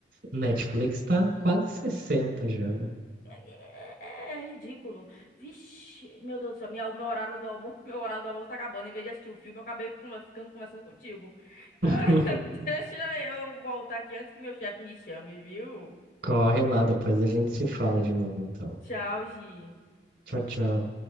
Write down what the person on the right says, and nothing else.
Netflix tá quase 60 já, né?
<laughs>
Corre lá, depois a gente se fala de novo, então.
Tchau, tchau.